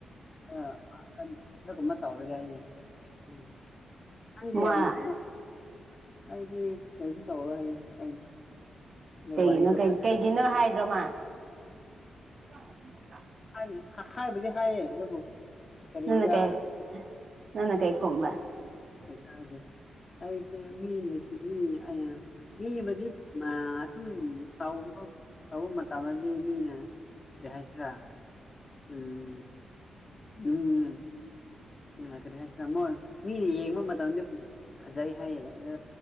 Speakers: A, on the left; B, on the right.
A: ꯑ <unintelligible> ꯑꯗꯨꯒꯨꯝꯕ ꯇꯧꯔꯒꯦ ꯍꯥꯏꯌꯦ ꯎꯝ ꯈꯪꯗꯦ
B: ꯃꯥ
A: ꯅꯦ ꯑꯩꯗꯤ ꯀꯩꯁꯨ ꯇꯧꯔꯣꯏ ꯍꯥꯏꯌꯦ ꯑꯩꯅ ꯑꯗꯨ
B: ꯀꯩꯒꯤꯅꯣ
A: ꯋꯥꯔꯤꯗꯣ
B: ꯀꯩ
A: ꯐꯖ
B: ꯀꯩꯒꯤꯅꯣ ꯍꯥꯏꯗ꯭ꯔꯣ ꯃꯥ <inaudible>
A: ꯍꯥꯏ ꯍ ꯍꯥꯏꯕꯨꯗꯤ ꯍꯥꯏꯌꯦ ꯑꯗꯨꯕꯨ ꯀꯔꯤꯒꯤꯔꯥ
B: ꯅꯪꯅ ꯀꯩ ꯅꯪꯅ ꯀꯩ ꯈꯨꯝꯕ
A: ꯄꯩꯁꯥ ꯍꯥꯏꯗꯤ ꯑꯩꯁꯦ ꯃꯤꯅꯁꯨ ꯃꯤꯅ ꯑꯌꯥ ꯃꯤꯕꯗꯤ ꯃꯥ ꯑꯁꯨꯝ ꯇꯧꯕ ꯇꯧꯕ ꯃꯇꯝꯗꯗꯤ ꯃꯤꯅ ꯀꯩ ꯍꯥꯏꯁꯤꯔ ꯎꯝ ꯅꯪꯅꯦ ꯑ ꯀꯔꯤ ꯍꯥꯏꯁꯤꯔ ꯃꯣꯏ ꯃꯤꯅ ꯌꯦꯡꯕ ꯃꯇꯝꯗꯤ ꯐꯖꯩ ꯍꯥꯏꯌꯦ ꯑꯗꯣ